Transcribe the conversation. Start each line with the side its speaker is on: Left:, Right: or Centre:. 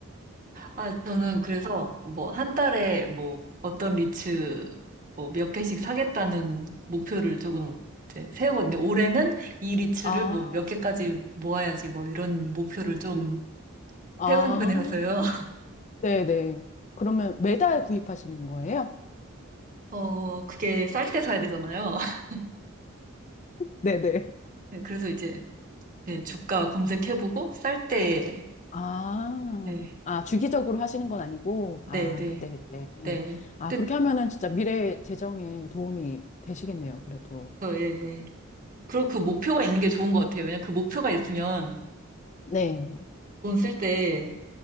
Right: 아, 저는 그래서 뭐 한 달에 뭐 어떤 리츠 뭐 몇 개씩 사겠다는 목표를 조금 이제 세우거든요. 올해는 이 리츠를
Left: 아,
Right: 뭐 몇 개까지 모아야지 뭐 이런 목표를 좀
Left: 아,
Right: 세우는 편이라서요. <laughs>
Left: 네네. 그러면 매달 구입하시는 거예요?
Right: 어, 그게 쌀 때 사야 되잖아요. <laughs>
Left: 네네.
Right: 네, 그래서 이제 네, 주가 검색해보고 쌀 때,
Left: 아,
Right: 네,
Left: 아, 주기적으로 하시는 건 아니고,
Right: 네,
Left: 아,
Right: 네,
Left: 그때, 그때.
Right: 네.
Left: 아,
Right: 뜻,
Left: 그렇게 하면은 진짜 미래 재정에 도움이 되시겠네요, 그래도.
Right: 어, 예, 예. 그리고 그 목표가 있는 게 좋은 것 같아요. 왜냐면 그 목표가 있으면
Left: 네,
Right: 돈 쓸 때